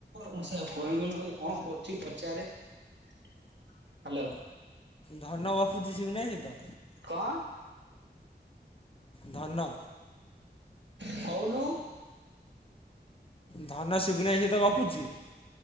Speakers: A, on the right; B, on the left.
A: ମୁଁ ସେଇଆ ଫୋନ୍ କଲି ମୁଁ କହିଲି କଣ କରୁଛୁ? କିଏ ପଚାରେ ହ୍ୟାଲୋ।
B: ଧନ ଗପୁଚି ସିବୁନା ଭାଇ ସହିତ।
A: କଣ?
B: ଧନ।
A: କହୁନୁ।
B: ଧନ ସିବୁନା ସହିତ ଗପୁଛି।